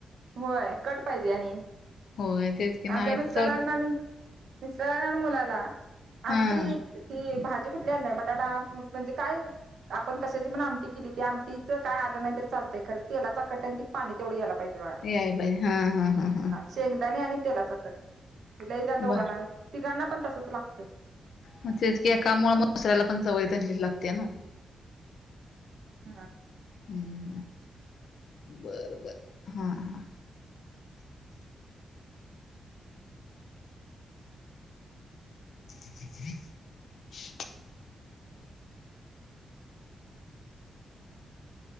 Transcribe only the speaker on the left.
अहो होय तेच की नाही
चव
हा
याय पाई हा हा हा हा
बर
मग तेच क एकामुळे मसऱ्याला पण सवय तशीच लागते ना
हम्म हम् बरबर हा हा <unintelligible>